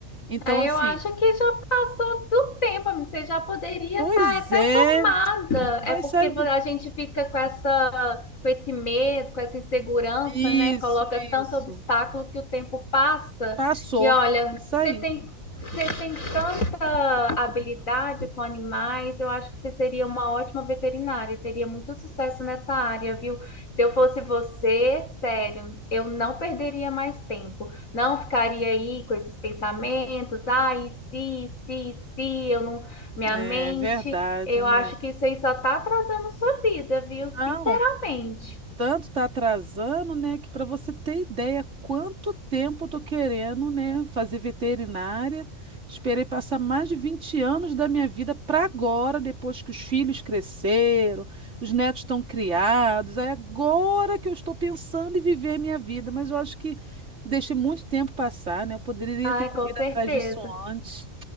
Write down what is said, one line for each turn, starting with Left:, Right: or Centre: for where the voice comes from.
Right: Então,
Left: Aí
Right: assim.
Left: eu acho que já passou do tempo, amigo. Você já poderia
Right: Pois
Left: estar até
Right: é,
Left: formada. É
Right: mas
Left: porque
Right: sabe
Left: a
Right: do...
Left: gente fica com essa, com esse medo, com essa insegurança,
Right: Isso,
Left: né? Coloca
Right: isso.
Left: tanto obstáculo que o tempo passa.
Right: Passou.
Left: E olha,
Right: Isso aí.
Left: você tem, você tem tanta habilidade com animais. Eu acho que você seria uma ótima veterinária. e Teria muito sucesso nessa área, viu? Se eu fosse você, sério, eu não perderia mais tempo. Não ficaria aí com esses pensamentos, ai, se, se, se, eu não, minha
Right: É
Left: mente,
Right: verdade,
Left: eu
Right: né?
Left: acho que isso aí só tá atrasando sua vida, viu?
Right: Não,
Left: Sinceramente.
Right: tanto tá atrasando, né, que para você ter ideia quanto tempo eu tô querendo, né, fazer veterinária. Esperei passar mais de 20 anos da minha vida para agora, depois que os filhos cresceram, os netos estão criados. É agora que eu estou pensando em viver minha vida, mas eu acho que deixei muito tempo passar, né? Eu poderia
Left: Ai,
Right: ter corrido
Left: com certeza.
Right: atrás disso antes.